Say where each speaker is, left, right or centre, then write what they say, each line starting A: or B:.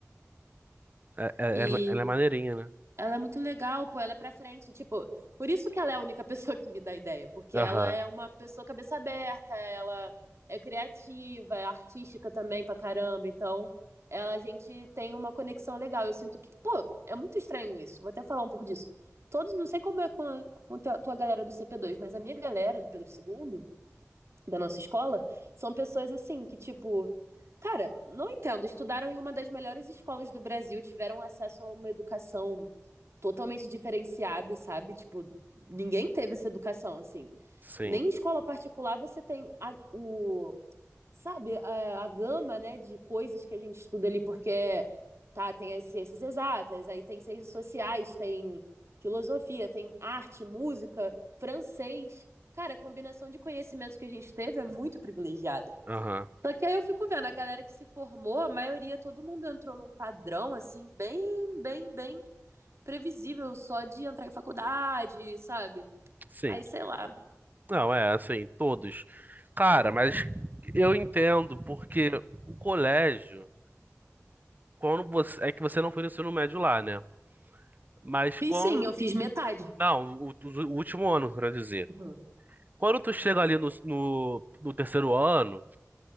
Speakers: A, on the right; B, on the right.
A: É, é-
B: E
A: ela, ela é maneirinha, né?
B: Ela é muito legal, pô, ela é pra frente. Tipo, por isso que ela é a única <laughs> pessoa que me dá ideia, porque ela
A: Aham,
B: é uma pessoa cabeça aberta, ela é criativa, é artística também pra caramba. Então, ela, a gente tem uma conexão legal. Eu sinto que, pô, é muito estranho isso. Vou até falar um pouco disso. Todos, não sei como é com a, com a tua galera do CP2, mas a minha galera do Pedro II da nossa escola são pessoas assim que, tipo, cara, não entendo. Estudaram em uma das melhores escolas do Brasil, tiveram acesso a uma educação totalmente diferenciada, sabe? Tipo, ninguém teve essa educação, assim.
A: sim.
B: Nem em escola particular você tem a- o, sabe, a, a gama, né, de coisas que a gente estuda ali, porque tá, tem as ciências exatas, aí tem ciências sociais, tem filosofia, tem arte, música, francês. Cara, a combinação de conhecimentos que a gente teve é muito privilegiada.
A: Aham,
B: Só que aí eu fico vendo, a galera que se formou, a maioria, todo mundo entrou num padrão, assim, bem, bem, bem previsível, só de entrar em faculdade, sabe?
A: sim.
B: Aí, sei lá.
A: Não, é assim, todos. Cara,
B: né?
A: mas eu entendo, porque o colégio, quando você. É que você não foi no ensino médio lá, né? Mas quando.
B: Fiz sim, eu fiz metade.
A: Não, o, o- o último ano, quero dizer.
B: Aham,
A: Quando tu chega ali no, no no terceiro ano.